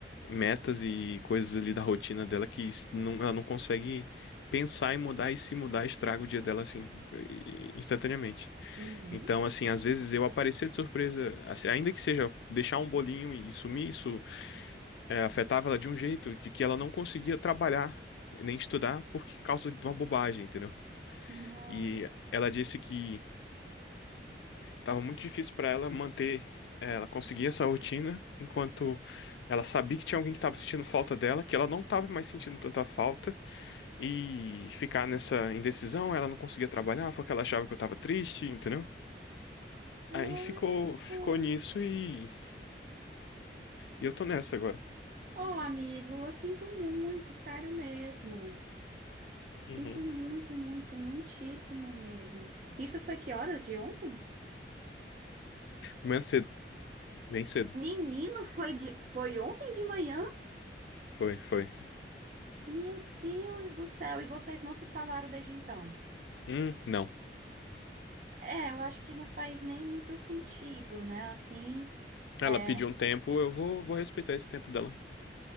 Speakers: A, on the left; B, on the right.
A: metas e coisas ali da rotina dela que s- não, ela não consegue pensar em mudar e se mudar estraga o dia dela assim i- instantaneamente.
B: uhum.
A: Então, assim, às vezes eu aparecer de surpresa, assim, ainda que seja deixar um bolinho e sumir, isso é, afetava ela de um jeito de que ela não conseguia trabalhar nem estudar por causa de uma bobagem, entendeu?
B: Nossa.
A: E ela disse que Tava muito difícil pra ela manter, eh, ela conseguir essa rotina, enquanto ela sabia que tinha alguém que tava sentindo falta dela, que ela não tava mais sentindo tanta falta, e ficar nessa indecisão, ela não conseguia trabalhar porque ela achava que eu tava triste, entendeu?
B: Olha,
A: Aí ficou,
B: então.
A: ficou nisso e, e eu tô nessa agora.
B: Ó, amigo, eu sinto muito, sério mesmo. Sinto
A: Uhum.
B: muito, muito, muitíssimo mesmo. Isso foi que horas de ontem?
A: Amanhã cedo, bem cedo.
B: Menino, foi de... foi ontem de manhã?
A: Foi, foi.
B: Meu Deus do céu, e vocês não se falaram desde então?
A: Hum, não.
B: É, eu acho que não faz nem muito sentido, né? Assim,
A: Ela
B: é.
A: pediu um tempo, eu vou, vou respeitar esse tempo dela.